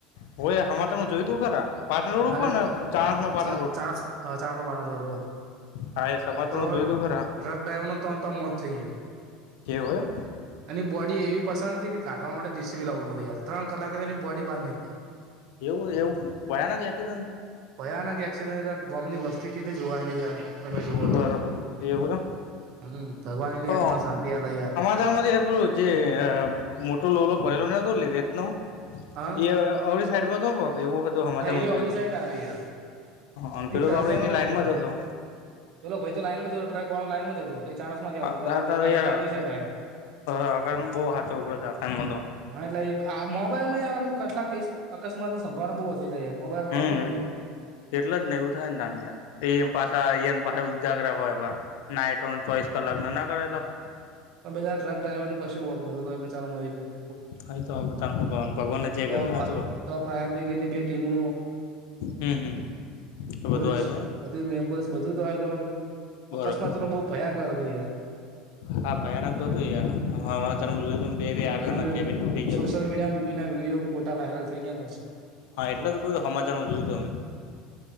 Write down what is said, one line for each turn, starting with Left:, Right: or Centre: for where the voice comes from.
Left: હોવે સમાચાર હું જોયું તું ખરા પાટણ રોડ ઉપર
Right: અરે
Left: ને ચાણસમાં પાટણ
Right: ચ
Left: રોડ
Right: ચાર ચારસો પારસોર
Left: હા એ સમાચાર
Right: તો
Left: હું જોયું તું ખરા
Right: ટ્રક ડ્રાઈવર ન ત્રણ ત્ર મોત થઈ ગયું.
Left: એવું હે.
Right: એની બોડી એવી ફસાણી હતી કે કાઢવા માટે જીસી લાવવું પડડીર ત્રણ કલાકે એ બોડી બહાર નીકળી
Left: એવું એવું ભયાનક એસ્કિડ
Right: ભયાન કે એક્સિડ ગોમની વસ્તી કેટલી જોવાયેલી જાય તમે જોવો
Left: થયું બરાબર
Right: તો
Left: એવું એમ
Right: હમ ભગવાન એની
Left: તો
Right: આત્મા શાંતિ અલા યાર
Left: જે મોટો લોલો ભરાયલો નતો ર નો
Right: હા
Left: એ અળી સાઈડમાં તો પક એવું હત હમાચારમાં
Right: હા એ
Left: જોય
Right: અળી
Left: હતું.
Right: સાઈટ આવે યાર
Left: અને પેલો
Right: એ ટર્બા
Left: તો આપડે એની લાઈનમાં
Right: વખર
Left: જ હતો
Right: પેલો ભાઈ તો લાઈનમાં જ હતો ટ્રક વાળો લાઈન જ હતો
Left: આકા
Right: આ ભાઈ
Left: તરીયા
Right: પાટણથી અળી સાઈડ આવ્યો
Left: આગળ બહુ સાચવ પડે છે આથમાં તો
Right: હા એટલે આ મોબાઈલ માં યાર આપધું કેટલા કેસ અકસ્માત ની સંભાવના બહુ વધી મોબાઈલ
Left: હમ
Right: વારો તમે
Left: એટલે જ ને એવું થાય ને ના એમ પાછા એમ પાછ ઉજાગરા હોય નાટો ચોઈસ કલા ના કરેલા હોય.
Right: આ બઘા ટ્રક્રાઈવર નો કશું વાકનોતો એબચારો મરીગયો
Left: હા તો બધને શું ગવાનું ભગવાનને જે
Right: તો
Left: ગમે હા જો
Right: તો ફાયર બ્રિગેડ ની બે ટીમો
Left: હમ હમ આ
Right: પોલીસ
Left: બધું આ રહું એમ
Right: બધું એમ્બુલન્સ બધુંજ આંજવાનું
Left: બરોબર.
Right: લો બહુ ભયંકર હતો યાર
Left: હા ભયાનક તો હતું યાર જોય બે બે આગળ
Right: અમે
Left: કેબિન તૂટી જ
Right: સોશિયલ મીડિયામાં એના વિડીયો પોતા વાયરલ થઈ ગયા પસંદ
Left: હા એટલે જ કોઈ સમાચારમાં જોયું તો અમે